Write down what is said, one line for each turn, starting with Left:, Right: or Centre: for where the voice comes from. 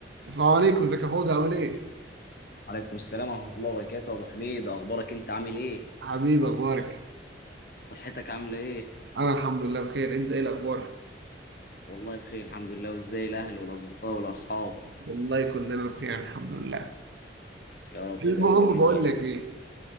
Right: السلام عليكم ازيك يا حوض عامل ايه؟
Left: عليكم السلام ورحمة الله وبركاته أبو حميد أخبارك أنت عامل إيه؟
Right: حبيبي اخبارك؟
Left: صحتك عاملة إيه؟
Right: انا الحمد لله بخير انت ايه الاخبار؟
Left: والله بخير الحمد لله وإزاي الأهل والأصدقاء والأصحاب
Right: والله كلنا بخير الحمد لله
Left: يا رب
Right: المهم
Left: دايما يا
Right: بقول
Left: غالي
Right: لك ايه